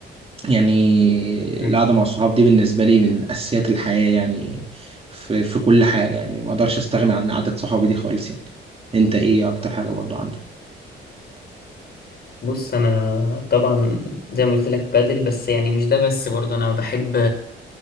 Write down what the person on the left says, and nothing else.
مم.
بص انا طبعا زي ما قلت لك بادل بس يعني مش ده بس برضه انا بحب